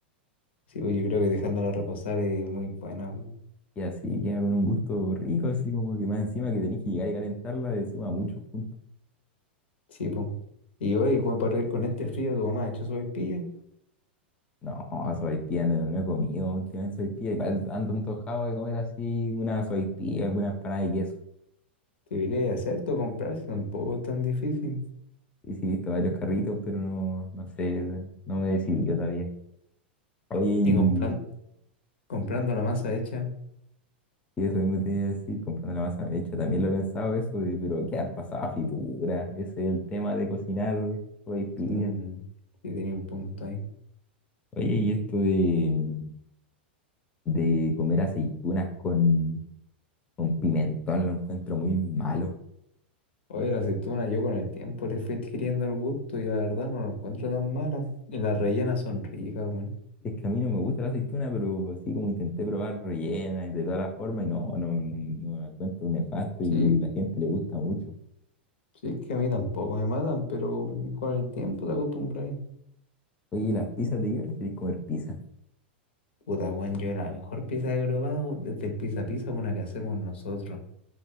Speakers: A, on the left; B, on the left.
A: sí, pues, yo creo que dejándola reposar es muy buena, weón.
B: Y así queda con un gusto rico, así como que más encima que tenés que llegar y calentarla, le suma muchos puntos.
A: Sí, pues. Y hoy, Juan, por- con este frío, tu mamá ha hecho su sopaipilla.
B: No, sopaipilla no, no he comido, últimamente sopaipilla, igual ando antojado de comer así una sopaipilla, alguna empanada de queso.
A: Debería hacerte comprar si tampoco es tan difícil.
B: Y sí, he visto varios carritos, pero no, no sé, no me he decidido todavía. Oye, y
A: Y compran- comprando la masa hecha,
B: Sí, eso mismo te iba a decir, comprando la masa hecha, también lo he pensado eso, de, pero quedar pasada a fritura, ese es el tema de cocinar hoy pilla.
A: mm, sí tenía un punto ahí.
B: Oye, y esto de, de comer aceitunas con, con pimentón lo encuentro muy malo.
A: Oye, la aceituna yo con el tiempo le fui adquiriendo el gusto y la verdad no la encuentro tan mala. Y las rellenas son ricas, bueno.
B: Es que a mí no me gusta la aceituna, pero así como intenté probar rellena y de todas las formas, y no, no, no, no la encuentro nefasto
A: Sí,
B: y la gente le gusta mucho.
A: sí es que a mí tampoco me matan, pero mm, con el tiempo te acostumbras.
B: Oye, ¿y las pizzas de qué preferís comer pizza?
A: Puta, weón, yo la mejor pizza que he probado desde el pizza pizza, una que hacemos nosotros,